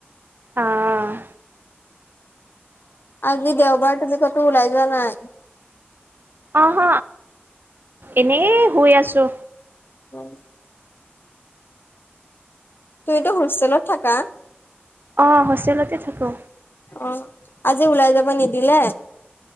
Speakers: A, on the right; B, on the left.
A: অ',
B: আজি দেওবাৰ তুমি কতো ওলাই যোৱা নাই।
A: অহ' হ। এনেই শুই আছো।
B: উম'। তুমিটো হোষ্টেলত থাকা।
A: অহ' হোষ্টেলতে থাকো।
B: অহ' আজি ওলাই যাব নিদিলে।